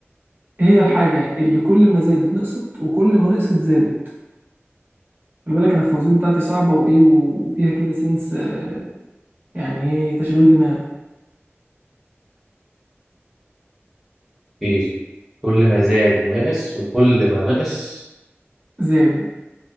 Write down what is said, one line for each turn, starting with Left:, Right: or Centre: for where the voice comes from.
Right: هي الحاجة اللي كل ما زادت نقصت وكل ما نقصت زادت خلي بالك انا الفوازير بتاعتي صعبه وايه وفيها كده سنس آه، يعني ايه تشغيل دماغ
Centre: إيه كل ما زاد نقص وكل ما نقص
Right: زاد